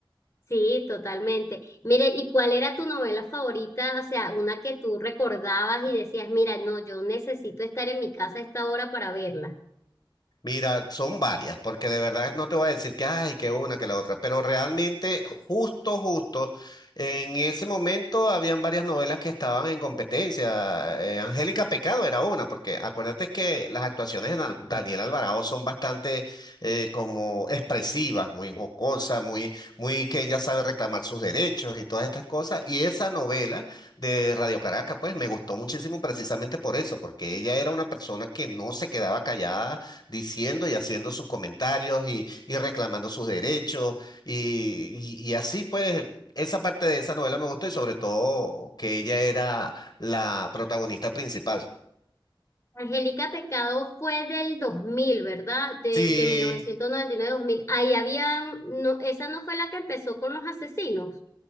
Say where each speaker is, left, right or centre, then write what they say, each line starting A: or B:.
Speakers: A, on the left; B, on the left.
A: sí, totalmente. Mire, ¿y cuál era tu novela favorita? O sea, una que tú recordabas y decías, mira, no, yo necesito estar en mi casa a esta hora para verla.
B: Mira, son varias, porque de verdad no te voy a decir que, ay, que una, que la otra, pero realmente justo, justo, en ese momento habían varias novelas que estaban en competencia. Eh, Angélica Pecado era una, porque acuérdate que las actuaciones de Al- Daniel Alvarado son bastante eh, como expresivas, muy jocosas, muy, muy que ella sabe reclamar sus derechos y todas estas cosas. Y esa novela de Radio Caracas, pues me gustó muchísimo precisamente por eso, porque ella era una persona que no se quedaba callada diciendo y haciendo sus comentarios y, y reclamando sus derechos y, y- y así pues esa parte de esa novela me gustó y sobre todo que ella era la protagonista principal.
A: Angélica Pecado fue del 2000, ¿verdad? De,
B: Sí,
A: de mil novecientos noventa y nueve a dos mil. Ahí había, no, esa no fue la que empezó con los asesinos,